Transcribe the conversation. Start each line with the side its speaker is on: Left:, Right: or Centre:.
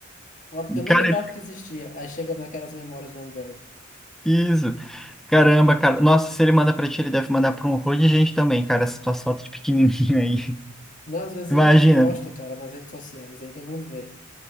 Left: Foto que eu nem
Centre: Cara,
Left: lembrava que existia. Aí chega naquelas memórias do OneDrive.
Centre: Isso. Caramba, cara. Nossa, se ele manda pra ti, ele deve mandar pra um horror de gente também, cara, essa tua foto de pequenininho aí. <laughs>
Left: Não, às vezes
Centre: Imagina.
Left: ele posta, cara, nas redes sociais, aí todo mundo vê.